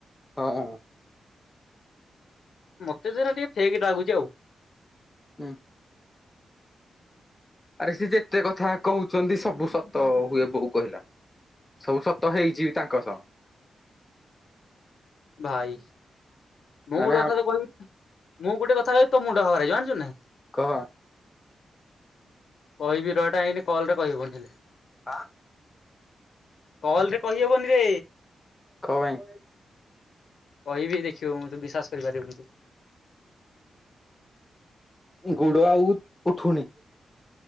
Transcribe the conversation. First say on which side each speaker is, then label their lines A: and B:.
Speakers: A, on the left; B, on the left.
A: ହ ଅଁ ଅଁ।
B: ମତେ ତ ହେରା ଟିକେ ଫେକେ ଲାଗୁଚି ଆଉ।
A: ହୁଁ। ଆରେ ସିଏ ଯେତେ କଥା କହୁଛନ୍ତି ସବୁ ସତ ହୁଏ ବୋହୁ କହିଲା। ସବୁ ସତ ହେଇଚି ବି ତାଙ୍କ ସହ।
B: ଭାଇ ମୁଁ
A: ମାନେ
B: ଗୋଟେ କଥାଟେ କହିବି ମୁଁ ଗୋଟେ କଥା କହିବି ତୋ ମୁଣ୍ଡ ଖରା ହେଇଯିବ ଜାଣିଚୁ ନାହିଁ।
A: କହ।
B: କହିବି ରଟା ଏଇନେ କଲରେ କହି ହବନି ହେଲେ।
A: ଆଁ।
B: କଲରେ କହି ହବନିରେ।
A: କ ପାଇଁ?
B: କହିବି ଦେଖିବୁ ମୁଁ ତୁ ବିଶ୍ୱାସ କରିପାରିବୁନୁ ତୁ।
A: ଗୁଡ ଆଉ ଉଠୁନି।